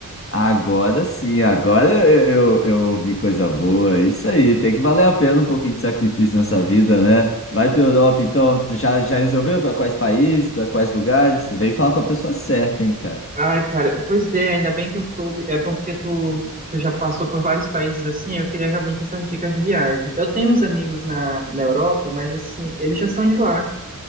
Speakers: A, on the left; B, on the right.
A: Agora sim, agora eu, eu, eu vi coisa boa. Isso aí, tem que valer a pena um pouquinho de sacrifício nessa vida, né? Vai para Europa, então, tu já, já resolveu para quais países, para quais lugares? Vem falar com a pessoa certa, hein, cara?
B: Ai, cara, pois é, ainda bem que eu soube. É porque tu, tu já passou por vários países assim, eu queria realmente essas dicas de viagem. Eu tenho uns amigos na, na Europa, mas assim, eles já são de lá,